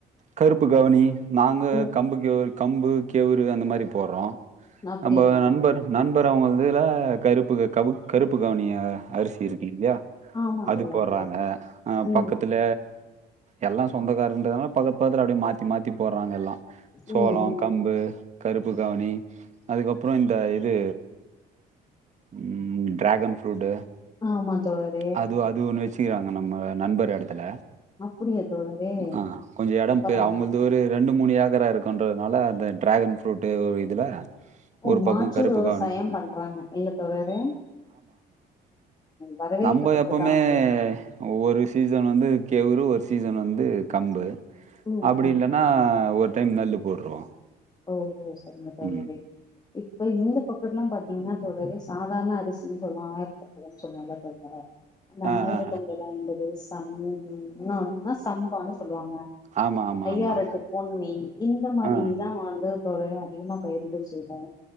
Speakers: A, on the right; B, on the left.
A: கருப்பு கவனி நாங்க
B: ம்
A: கம்புக்கு இது கம்பு கேவுரு அந்த மாரி மாதி போடுறோ
B: அப்படியா
A: நம்ம
B: தோழரே
A: நண்பர் நண்பர் அவுங்க இதுல கருப்பு கவு கருப்பு கவனிய அரிசி இருக்கு இல்லையா
B: ஆமா
A: அது
B: தோழரே
A: போடுறாங்க ஆ
B: ம்
A: பக்கத்துல எல்லா சொந்தக்காரங்கன்றதுனால பக்கத்து பக்கத்துல அப்டியே மாத்தி மாத்தி போட்றாங்க எல்லா சோளோ
B: ம் ம்
A: கம்பு கருப்பு கவனி அதுக்கப்பறோ இந்த இது ம் டிராகன் புரூட்
B: ஆமா தோழரே
A: அது அது ஒண்ணு வச்சிக்கிறாங்க நம்ம நண்பர் இடத்துல
B: அப்டியா தோழரே
A: ஆ கொஞ்சோ எடே
B: அப்பறோ
A: இப்ப அவங்கள்து ஒரு ரெண்டு மூணு ஏக்கரா இருக்குன்றதுனால அந்த டிராகன் ஃப்ரூட் இதுல
B: ஓ
A: ஒரு பக்கோ
B: மாற்று
A: கருப்பு
B: விவசாயம்
A: கவுனி
B: பண்றாங்க இல்ல தோழரே வரவேற்கத்தக்கதா
A: நம்ப எப்பவுமே
B: வந்து
A: ஒவ்வொரு சீசன் வந்து கேவுரு ஒரு சீசன் வந்து து கம்பு
B: ம்
A: அப்டி
B: ம்
A: இல்லன்னா ஒரு டைம் நெல்லு போட்ருவோ
B: ஓஹோ சரிங்க தோழரே
A: ம்
B: இப்ப இந்த பக்கட்ல்லா பாத்தீங்கனா தோழரே சாதாரண அரிசின்னு சொல்லுவோ ஆயிரத்தான்னு சொல்லுவோல்ல தோழரே அந்த
A: ஆ
B: ஆயிரத்தெம்பது
A: ஆ
B: ஐம்பது ஸ் தண்ணி வேணு என்ன ஒன்னா சம்பான்னு சொல்லுவாங்க
A: ஆ ஆமா ஆமா
B: ஐயாரெட்டு
A: ஆமா
B: பொன்னி இந்த மாரி
A: ஆ
B: நா வந்து தோழரே அதிகமா பயிரிட செய்வோ